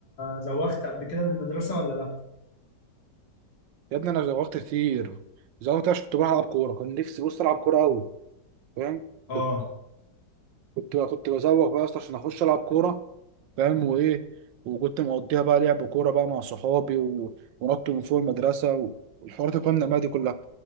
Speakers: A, on the left; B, on the right.
A: زوغت قبل كده من المدرسة ولا لا؟
B: يا ابني انا زوغت كتير زوغت عشان كنت بروح العب كورة كان نفسي بص العب كورة قوي فاهم
A: اه
B: كنت كنت كنت بزوغ بقى اصلا عشان اخش العب كورة فاهم وايه وكنت مقضيها بقى لعب كورة بقى مع صحابي و... ونط من فوق المدرسة والحوارات القمة دي كلها